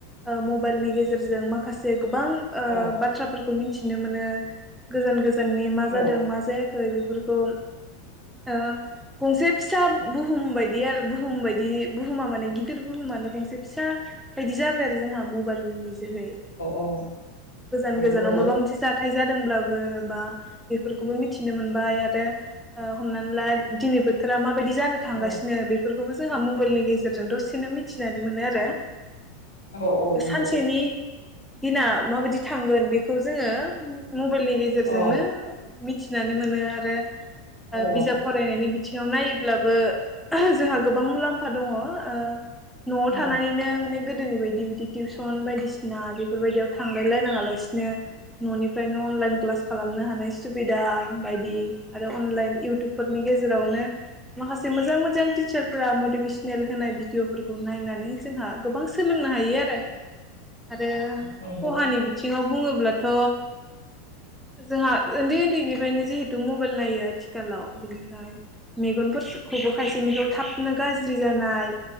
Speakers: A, in the centre; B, on the left (about 85°).
A: ओ मबाइलनि गेजेरजों माखासे गोबां ओ
B: औ
A: बाथ्राफोरखौ मिन थिनो मोनो गोजान गो जाननि मा
B: औ
A: जादों मा जायाखै बे फोरखौ ओ जे फिसा बुहुम बायदि आरो बुहुम बायदि बुहुमा माने गिदिर बुहुमानो गंसे फिसा बायदि जाबाय आरो जोंहा मबाइल नि दोहै
B: औ
A: गोजान-गोजानाव
B: औ नंगौ
A: माबा मोनसे जाथाय जादोंब्लाबो बा बेफोरखौबो मिथिनो मोनबाय आरो ओ हमनानै ला दिनै बो थोरा मा बायदि जानो थांगासिनो
B: औ
A: बेफोरखौबो जोंहा मबाइलनि गेजेरजों दसेनो मिथिनानै मोनो आरो।
B: औ औ
A: ओ
B: नंगौ
A: सानसेनि दिना माबायदि थांगोन बेखौ जोङो मबाइलनि गेजेरजोंनो
B: औ
A: मि थिनानै मोनो आरो ओ
B: औ
A: बिजाब फरायनायनि बि थिङाव नायोब्लाबो जोंहा गोबां मुलाम्फा दङ। ओ न'आव
B: औ
A: थानानैनो माने गोदोनि बाय दि बिदि टिउसन बायदिसिना बेफोरबायदियाव थांलाय लायनाङा लासिनो न'निफ्रायनो अनलाइन क्लास खालामनो हानाय सुबिदा बायदि आरो अनलाइन इउटुबफोरनि गेजे जेरावनो माखासे मोजां मोजां टिच्चार फोरा मटिभेसनेल होनाय भिडिअफोरखौ नायनानै जोंहा गोबां सोलोंनो हायो आरो आरो
B: नंगौ
A: खहानि बिथिङाव बुङो ब्लाथ' जोंहा ओन्दै ओन्दैनिफ्रायनो जिहेथु मबाइल नायो आथिखालाव ओ मेगनफोरखौबो खायसेनिखौ थाबनो गाज्रि जानाय